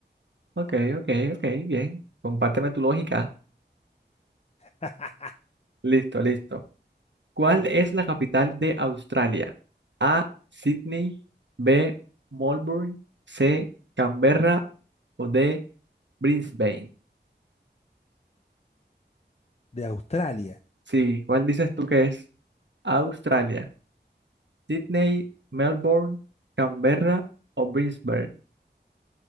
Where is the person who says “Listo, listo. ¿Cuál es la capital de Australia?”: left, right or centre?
Right